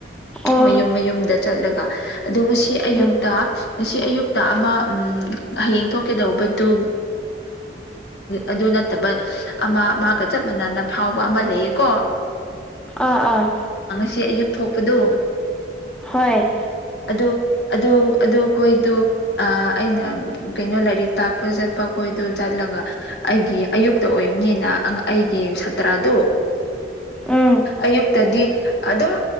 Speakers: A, in the centre; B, on the left.
A: ꯑꯣ
B: ꯃꯌꯨꯝ ꯃꯌꯨꯝꯗ ꯆꯠꯂꯒ ꯑꯗꯣ ꯉꯁꯤ ꯑꯌꯨꯛꯇ
A: ꯎꯝ
B: ꯉꯁꯤ ꯑꯌꯨꯛꯇ ꯑꯃ ꯍꯌꯦꯡ ꯊꯣꯛꯀꯗꯧꯕꯗꯨ ꯑꯗꯨ ꯅꯠꯇꯕ ꯑꯃ ꯃꯥꯒ ꯆꯞ ꯃꯅꯅ ꯐꯥꯎꯕ ꯑꯃ ꯂꯩꯌꯦꯀꯣ
A: ꯑꯥ ꯑꯥ
B: ꯁꯤ ꯑꯌꯨꯛ ꯊꯣꯛꯄꯗ
A: ꯍꯣꯏ
B: ꯑꯗꯨ ꯑꯗꯨ ꯑꯗꯨ ꯑꯩꯣꯏꯗ ꯑꯩꯅ ꯀꯩꯅꯣ ꯂꯥꯏꯔꯤꯛ ꯇꯥꯛꯄ ꯆꯠꯄꯣꯏ ꯑꯗꯨ ꯆꯠꯂꯒ ꯑꯩꯒꯤ ꯑꯌꯨꯛꯇ ꯑꯣꯏꯕꯅꯤꯅ ꯑꯪ ꯑꯩꯒꯤ ꯁꯥꯇ꯭ꯔꯗꯨ
A: ꯎꯝ
B: ꯑꯌꯨꯛꯇꯗꯤ ꯑꯗꯨꯝ